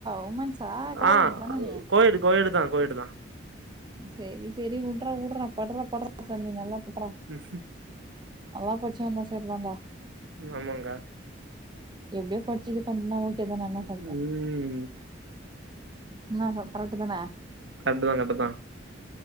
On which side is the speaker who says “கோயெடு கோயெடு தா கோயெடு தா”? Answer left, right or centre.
Right